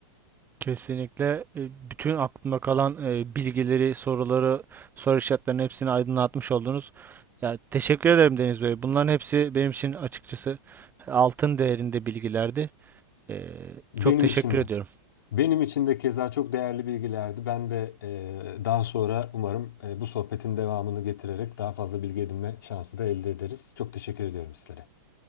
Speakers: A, on the right (about 15°); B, on the left (about 60°).
A: Kesinlikle e, bütün aklımda kalan e, bilgileri, soruları, soru işaretlerinin hepsini aydınlatmış oldunuz. Ya teşekkür ederim Deniz Bey. Bunların hepsi benim için açıkçası altın değerinde bilgilerdi. Ee,
B: Benim
A: çok teşekkür
B: için
A: ediyorum.
B: de. Benim için de keza çok değerli bilgilerdi. Ben de e, daha sonra umarım e, bu sohbetin devamını getirerek daha fazla bilgi edinme şansı da elde ederiz. Çok teşekkür ediyorum sizlere.